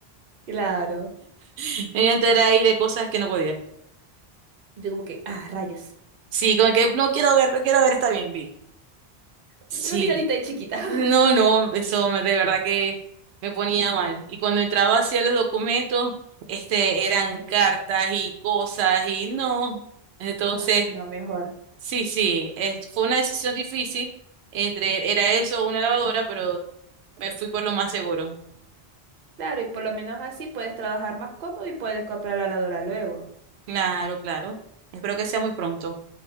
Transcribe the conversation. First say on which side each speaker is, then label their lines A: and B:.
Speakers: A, on the right; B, on the right.
A: Claro.
B: <laughs> Me iba a enterar ahí de cosas que no podía.
A: Y tú como que, ah, rayos.
B: Sí, como que no quiero ver, no quiero ver, está bien, vi. Sí,
A: Una miradita ahí chiquita. <laughs>
B: no, no, eso me- de verdad que me ponía mal. Y cuando entraba hacia los documentos, este, eran cartas y cosas y no. Entonces,
A: Ah, no, mejor.
B: Sí, sí, es- fue una decisión difícil entre, era eso o una lavadora, pero me fui por lo más seguro.
A: Claro, y por lo menos así puedes trabajar más cómodo y puedes comprar la lavadora luego.
B: Claro, claro. Espero que sea muy pronto.